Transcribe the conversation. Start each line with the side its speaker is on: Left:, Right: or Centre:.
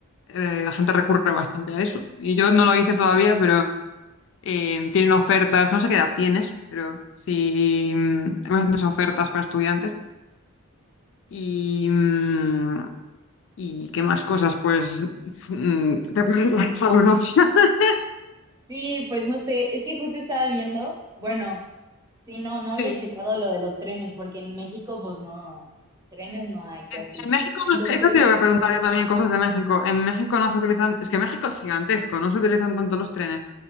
Left: eh, la gente recurre bastante a eso. Y yo no lo hice todavía, pero eh, tienen ofertas, no sé qué edad tienes, pero sí, mm, hay bastantes ofertas para estudiantes. Y, mm, ¿y qué más cosas? Pues <laughs> mm, te pueden ir a Europa. <laughs>
Right: Sí, pues no sé, es que justo estaba viendo, bueno. Sí, no, no había
Left: Sí.
Right: checado lo de los trenes, porque en México, pues no, trenes no hay casi.
Left: En, en México,
Right: Entonces,
Left: no sé, eso te iba a preguntar yo también, cosas de México. En México no se utilizan, es que México es gigantesco, no se utilizan tanto los trenes.